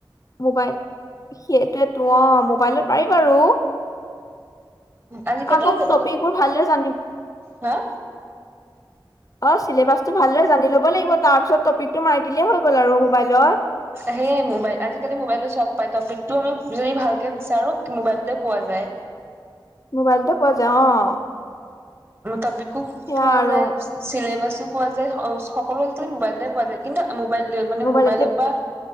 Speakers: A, on the left (about 45°); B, on the right (about 30°).
A: মোবাইল সেইটোৱতো। অ' মোবাইলত পাৰি বাৰু।
B: আজিকালি
A: আকৌ
B: তে,
A: টপিক বোৰ ভালদৰে জানি
B: হা
A: অ' চেলেবাচটো ভালদৰে জানি লব লাগিব তাৰ পিছত টপিকটো মাৰি দিলেই হৈ গ'ল আৰু মোবাইলত।
B: সেই মোবাইল আজিকালি মোবাইলো চব পাই টপিক আমি যদি ভালকে বিচাৰো মোবাইলতে পোৱা যায়।
A: মোবাইলতে পোৱা যায় অ'।
B: টপিকো
A: সেয়া
B: পোৱা
A: আৰু
B: যায় চিলেবাছ পোৱা যায় সকলো আজিকালি মোবাইলতে পোৱা যায় কিন্তু মোবাইল মানে
A: মোবাইলতে
B: মোবাইলৰ পৰা